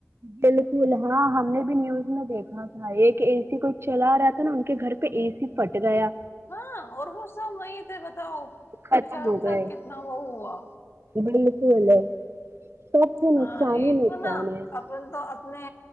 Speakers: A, on the right; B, on the left.
A: بالکل ہاں ہم نے بھی نیوز میں دیکھا تھا ایک اے سی کوئی چلا رہا تھا نا ان کے گھر پہ اے سی پھٹ گیا
B: ہاں اور وہ سب وہیں تھے ب بتاؤ
A: ختم
B: بچاروں
A: ہو
B: کے ساتھ
A: گئے
B: کتنا وہ ہوا
A: بالکل ہے سب سے
B: ہاں
A: نقصان
B: یہ
A: ہی نقصان
B: تو نا
A: ہے
B: اپ تو اپ نے